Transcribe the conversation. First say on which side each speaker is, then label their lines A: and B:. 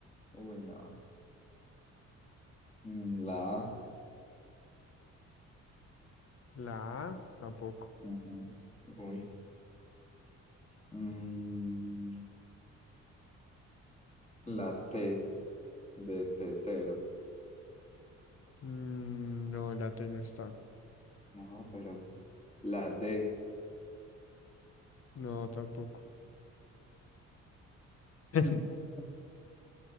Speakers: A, on the left; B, on the left.
A: Uy, no. Mm, La A.
B: La A tampoco.
A: ujú, Uy. Mm, la T de tetero.
B: Mm, No, la T no está.
A: No, pero. La D.
B: No, tampoco. <laughs>
A: <laughs>